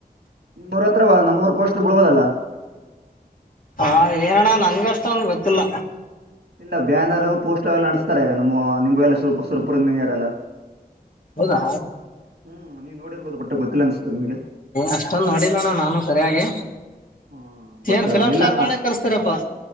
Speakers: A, on the right; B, on the left.
A: ನಿಮ್ಮೂರ್ ಹತ್ರವ ನಮ್ಮೂರ್ ಪೋಸ್ಟ್ ಬಳ್ಬೋದಲ್ಲ
B: ಹಾ ಏನಣ್ಣ ನನ್ಗ ಅಷ್ಟೋಂದು ಗೊತ್ತಿಲ್ಲ
A: ಇಲ್ಲ ಬ್ಯಾನರು ಪೋಸ್ಟರ್ ಎಲ್ಲ ಅಂಟುಸ್ತಾರೆ ನಮ್ಮವು ನಿಂಬವ ಎಲ್ಲ ಸುರುಪು ಸುರುಪುರಗಿರೆರೆಲ್ಲ
B: ಹೌದಾ
A: ಹ್ಮ್ ನೀವು ನೋಡಿರ್ಬೋದು ಬಟ್ಟ ಗೊತ್ತಿಲ್ಲ ಅನ್ಸತದೆ ನಿಮಗೆ
B: ಅಷ್ಟೊಂದು ನೋಡಿಲಣ್ಣ ನಾನು ಸರಿಯಾಗಿ
A: ಹ್ಮ ಬಟ್
B: ಏನ್ ಫಿಲಮ್
A: ಇಲ್ಲ
B: ಸ್ಟಾರ್ಗಳನೆೇ ಕರ್ಸ್ತೀರಪ್ಪಾ